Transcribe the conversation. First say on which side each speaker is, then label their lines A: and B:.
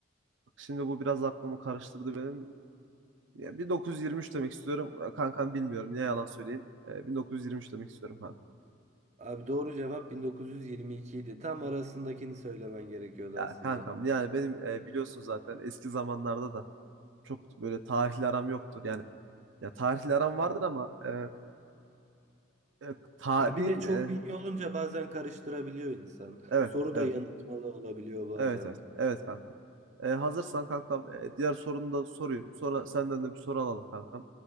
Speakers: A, on the right; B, on the right.
A: Bak Şimdi bu biraz aklımı karıştırdı benim. Ya 1923 demek istiyorum. E, Kankam bilmiyorum. Ne yalan söyleyeyim. Ee, 1923 demek istiyorum kanka.
B: Abi doğru cevap 1922 idi. Tam arasındakini söylemen gerekiyordu
A: Ya
B: aslında.
A: kankam yani benim e, biliyorsun zaten eski zamanlarda da çok böyle tarihli aram yoktur. Yani ya tarihli aram vardır ama e, e, tarihin
B: Ya bir de çok
A: e,
B: bilgi olunca bazen karıştırabiliyor insan.
A: evet
B: Soru
A: evet
B: da yanıltmalı olabiliyor bazen.
A: evet evet evet kanka. E, hazırsan kankam e, diğer sorunu da sorayım. Sonra senden de bir soru alalım kankam.